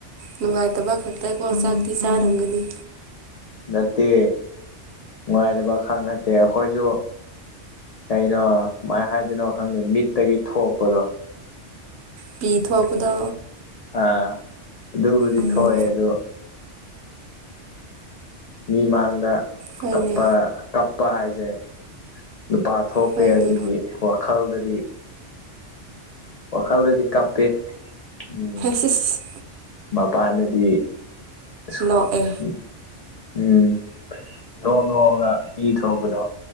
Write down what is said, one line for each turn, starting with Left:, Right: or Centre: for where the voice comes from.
Right: ꯅꯨꯡꯉꯥꯏꯇꯕ ꯈꯛꯇꯀꯣ ꯆꯥꯛꯇꯤ ꯆꯥꯔꯝꯒꯅꯤ
Left: ꯅꯠꯇꯦ ꯅꯨꯡꯉꯥꯏꯇꯕꯈꯛ ꯅꯠꯇꯦ ꯑꯈꯣꯏꯖꯨ ꯀꯩꯅꯣ ꯀꯃꯥꯏ ꯍꯥꯏꯗꯨꯏꯅꯣ ꯈꯪꯗꯦ ꯃꯤꯠꯇꯒꯤ ꯊꯣꯛꯄꯗꯣ
Right: ꯄꯤ ꯊꯣꯛꯄꯗꯣ
Left: ꯑꯥ ꯑꯗꯨꯕꯨꯗꯤ
Right: ꯑꯣ
Left: ꯊꯣꯛꯑꯦ ꯑꯗꯨ ꯃꯤ ꯃꯥꯡꯗ
Right: ꯍꯣꯏꯅꯦ
Left: ꯀꯞꯄ ꯀꯞꯄ ꯍꯥꯏꯁꯦ ꯅꯨꯄꯥ ꯊꯣꯛꯇꯦ
Right: ꯍꯣꯏꯅꯦ
Left: ꯑꯗꯨꯒꯤ ꯋꯥꯈꯜꯗꯗꯤ ꯋꯥꯈꯜꯗꯗꯤ ꯀꯞꯄꯦ ꯎꯝ
Right: ꯁꯤꯁ
Left: ꯃꯄꯥꯟꯗꯗꯤ ꯢꯁ
Right: ꯅꯣꯛꯑꯦ
Left: ꯎꯝ ꯎꯝ ꯅꯣꯛ ꯅꯣꯛꯑꯒ ꯄꯤ ꯊꯣꯛꯂꯛꯄꯗꯣ